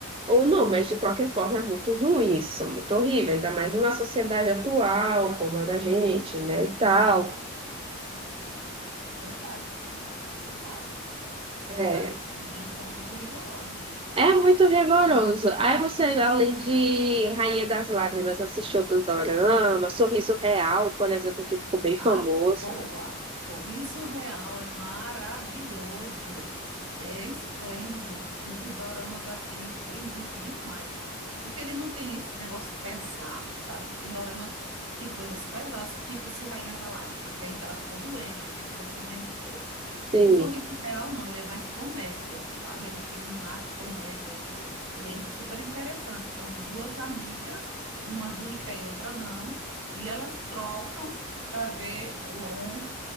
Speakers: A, on the right (about 25°); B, on the right (about 75°).
A: ou não, mas de qualquer forma é muito ruim isso, é muito horrível, ainda mais numa sociedade atual como a da gente, né, e tal.
B: é verdade, viu? É complicado. Essas
A: É,
B: tradições deles são muito rigorosas.
A: é muito rigoroso. Aí você, além de Rainha das Lágrimas, assistiu outro dorama, Sorriso Real, por exemplo, que ficou bem famoso.
B: Ah, boa! Sorriso Real é maravilhoso, é esplêndido, um dos doramas assim que eu indico demais, porque ele não tem esse negócio pesado, sabe? Que tem dorama que tem coisas pesadas, tipo esse Rainha da Lágrima, tem que ela ficou doente, aquele sofrimento todo.
A: Sim.
B: O Sorriso Real não, ele é mais comédia, sabe? Ele tem um ar de comédia, ele, ele é super interessante. São duas amigas, uma rica e outra não, e elas trocam para ver o homem,